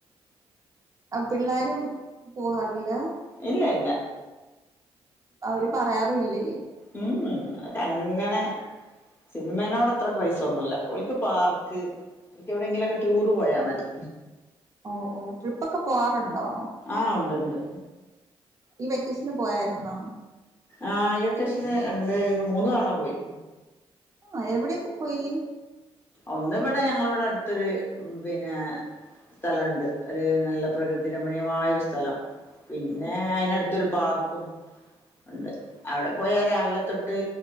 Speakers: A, on the right; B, on the left.
A: ആഹ് പിള്ളാരും പോവാറില്ല.
B: ഇന്നല്ല
A: അവര് പറയാറില്ലേ?
B: ഉം ഉം അത് അങ്ങനെ സിനിമനോട് അത്ര ക്രൈസ് ഒന്നുമില്ല ഓൾക്ക് പാർക്ക് എനിക്ക് എവിടെങ്കിലുമൊക്കെ ടൂറ് പോയാ മതി.
A: ഓഹ് ഓഹ് ട്രിപ്പ്ക്കെ പോവാറൊണ്ടോ?
B: ആഹ് ഉണ്ടൊണ്ട്.
A: ഈ വെക്കേഷന് പോയായിരുന്നോ?
B: ആഹ് ഈ വെക്കേഷന് രണ്ട് മൂന്ന് തവണ പോയി.
A: ആഹ് എവിടെയെക്കെ പോയി.
B: ഒന്ന് ഇവിടെ ഞങ്ങളിവിടെ അടുത്തൊരു പിന്നെ സ്ഥലം ഒണ്ട് ഒരു നല്ല പ്രകൃതി രമണീയമായാ ഒരു സ്ഥലം. പിന്നെ അയിന് അടുത്തൊരു പാർക്കും ഒണ്ട് അവിടെ പോയാൽ രാവിലെ തൊട്ട്